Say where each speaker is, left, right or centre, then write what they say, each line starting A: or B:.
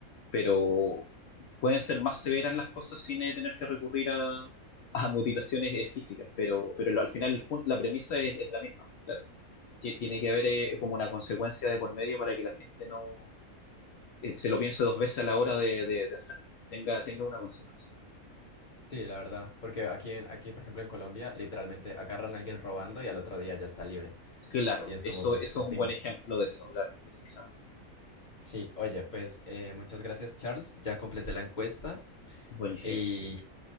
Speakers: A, on the left (about 65°); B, on the left (about 35°).
A: pero pueden ser más severas las cosas sin eh, tener que recurrir a, a mutilaciones eh, físicas, pero, pero lo- al final el punto, la premisa es, es la misma, claro. Tie- Tiene que haber eh, como una consecuencia de por medio para que la gente no eh, se lo piense dos veces a la hora de, de- de hacerlo, tenga, tenga una consecuencia.
B: Sí, la verdad. Porque aquí, en- aquí, por ejemplo, en Colombia, literalmente agarran a alguien robando y al otro día ya está libre.
A: Claro,
B: Y es
A: eso,
B: como, pues,
A: eso
B: festín.
A: es un buen ejemplo de eso, claro, precisamente.
B: Sí, oye, pues eh, muchas gracias, Charles. Ya completé la encuesta
A: Buenísimo.
B: y,